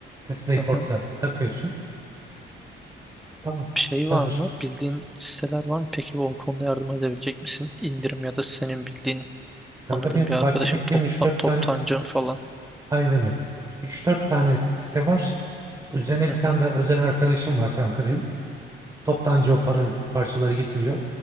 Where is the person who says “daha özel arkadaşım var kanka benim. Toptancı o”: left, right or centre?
Right